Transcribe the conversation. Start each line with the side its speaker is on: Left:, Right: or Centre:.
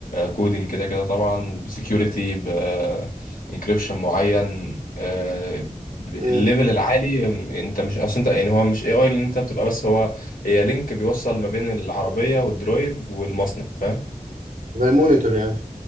Left: كودينج كده كده طبعا بسكيورتي بانكريبشن معين آه، ب- الليفل
Right: مم.
Left: العالي انت مش اصل انت يعني هو مش اي اي اللي انت بتبقى بس هو هي لينك بيوصل ما بين العربية والدرايف والمصنع فاهم
Right: زي مونيتور يعني